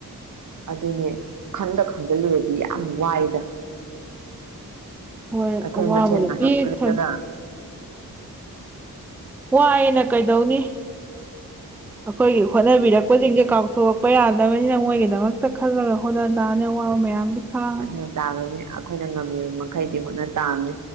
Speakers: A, on the right; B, in the centre.
A: ꯑꯗꯨꯅꯦ ꯈꯟꯗ ꯈꯟꯖꯤꯜꯂꯨꯔꯗꯤ ꯌꯥꯝ ꯋꯥꯏꯗ
B: ꯍꯣꯏ
A: ꯑꯩꯈꯣꯏ
B: ꯑꯋꯥꯕꯅ
A: ꯃꯁꯦꯜ
B: ꯄꯤꯛ ꯊꯜꯂꯤ
A: ꯗꯒ
B: ꯋꯥꯏꯅ ꯀꯩꯗꯧꯅꯤ ꯑꯩꯈꯣꯏꯒꯤ ꯍꯣꯠꯅꯕꯤꯔꯛꯄꯁꯤꯡꯁꯦ ꯀꯥꯡꯊꯣꯛ ꯌꯥꯗꯕꯅꯤꯅ ꯃꯣꯏꯒꯤꯗꯃꯛꯇ ꯈꯜꯂꯒ ꯍꯣꯠꯅ ꯇꯥꯅꯤ ꯑꯋꯥꯕ ꯃꯌꯥꯝꯁꯦ ꯈꯥꯡꯉꯒ
A: ꯀꯟꯅ ꯇꯥꯕꯅꯤ ꯑꯩꯈꯣꯏꯅ ꯉꯝꯃꯤꯕ ꯃꯈꯩꯗꯤ ꯍꯣꯠꯅ ꯇꯥꯝꯃꯦ